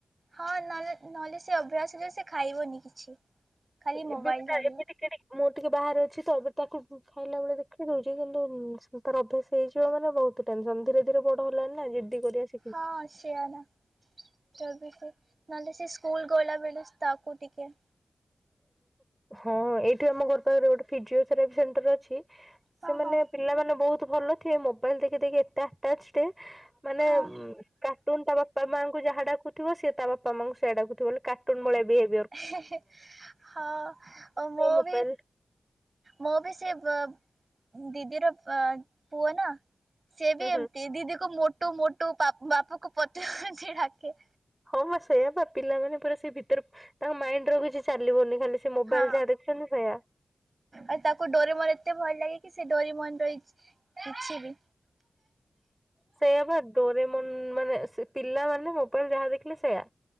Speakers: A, on the right (about 35°); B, in the centre.
A: ହଁ ନହଲେ ନହେଲେ ସେ ଅଭ୍ୟାସରେ ସେ ଖାଇବନି କିଛି। ଖାଲି ମୋବାଇଲ
B: ଏବେ ବି ତା
A: ଧରିବ
B: ଏମିତି <inaudible> ଟିକେ ଟିକେ ମୁଁ ଟିକେ ବାହାରେ ଅଛି ତ ଏବେ ତାକୁ ଖାଇଲା ବେଳେ ଦେଖେଇ ଦଉଛି କିନ୍ତୁ ତାର ଅଭ୍ୟାସ ହେଇଯିବ ମାନେ ବହୁତ ଟେନସନ ଧୀରେ ଧୀରେ ବଡ ହେଲାଣି ନା ଜିଦି କରିବା ସେ
A: ହଁ ସେଇଆ ନା। ତ ବି ସେ ନହେଲେ ସେ ସ୍କୁଲ ଗଲା ବେଳେ ତାକୁ ଟିକେ
B: ହଁ ଏଇଠି ଆମ ଘର ପାଖରେ ଗୋଟେ ଫିଜିଓଥେରାପି ସେଣ୍ଟର ଅଛି
A: ହଁ
B: ସେମାନେ
A: ହଁ
B: ପିଲାମାନେ ବହୁତ ଭଲ ଥିବେ ମୋବାଇଲ ଦେଖି ଦେଖି ଏତେ ଆଟାଚ ମାନେ
A: ହଁ।
B: କାର୍ଟୁନ ତା ବାପା ମାଙ୍କୁ ଯାହା ଡାକୁ ଥିବ ସେ ତା ବାପା ମାଙ୍କୁ ସେଇଆ ଡାକୁଥିବ ମାନେ କାର୍ଟୁନ ଭଳିଆ ବେହେଭ
A: ହେନ୍ ହେନ୍ ହଁ
B: ସେ
A: ମୁଁ
B: ମୋବାଇଲ
A: ବି ମୋ ବି ସେ ଵ ଦିଦିର ପୁଅ ନା ସେ
B: ହୁଁ
A: ବି
B: ହୁଁ।
A: ଏମତି ଦିଦିକୁ ମୋଟୁ ମୋଟୁ ବାପ ବାପାକୁ ପତଲୁ ପତଳୁ ସେ ଡାକେ।
B: ହଁ ବା ସେଇୟା ବା ପିଲାମାନେ ପୁରା ସେ ଭିତରେ ତାଙ୍କ ମାଇଣ୍ଡ ର କିଛି ଚାଲିବନି ଖାଲି ସେ ମୋବାଇଲ
A: ହଁ
B: ଯାହା ଦେଖୁଛନ୍ତି ସେଇଆ।
A: ଆଉ ତାକୁ ଡୋରିମନ ଏତେ ଭଲ ଲାଗେ କି ସେ ଡୋରିମନ ର ପା କିଛି ବି
B: ସେଇଆ ବା ଡୋରେମନ ମାନେ ପିଲାମାନେ ମୋବାଇଲ ଯାହା ଦେଖିଲେ ସେଇୟା।